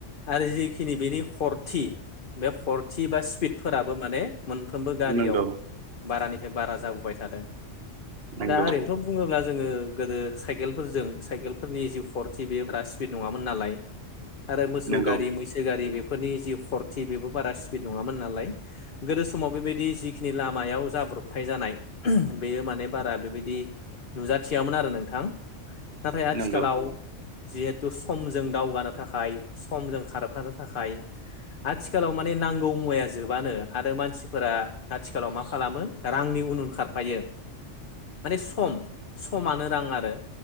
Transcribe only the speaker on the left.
आरो जिखिनि बेनि खरथि बे खरथि बा स्पिड फोराबो माने मोनफ्रोमबो गारियाव
बारानिफ्राय बारा जाबोबाय थादों
दा ओरैनोथ' बुङोब्ला जोङो गोदो साइ केलफोरजों साइकेलफोरनि जि खरथि बेयो बारा स्पिड नङामोन नालाय आरो मोसौ
गारि मैसो गारि बेफोरनि जि खरथि बेबो बारा स्पिड नङामोन नालाय गोदो समाव बेबायदि जिखिनि लामायाव जाब्रबथाय जानाय बेयो माने बारा बेबायदि नुजाथियामोन आरो नोंथां नाथाय आथिखालाव
जिहेथु समजों दावगानो थाखाय समजों खारफानो थाखाय आथिखालाव माने नांगौ मुवाया जोब बानो आरो मानसिफोरा आथिखालाव मा खालामो रांनि उन उन खारफायो माने सम समानो रां आरो